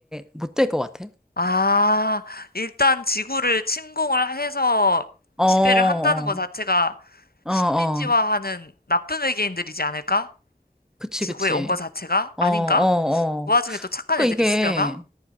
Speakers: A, in the centre; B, on the left (about 80°).
A: 못 될 것 같아?
B: 아, 일단 지구를 침공을 해서
A: 어, 어.
B: 지배를 한다는 것 자체가
A: 어,
B: 식민지화하는
A: 어.
B: 나쁜 외계인들이지 않을까?
A: 그치,
B: 지구에
A: 그치.
B: 온 것 자체가?
A: 어,
B: 아닌가?
A: 어,
B: 그
A: 어.
B: 와중에 또 착한
A: 그러니까
B: 애들이
A: 이게
B: 있으려나?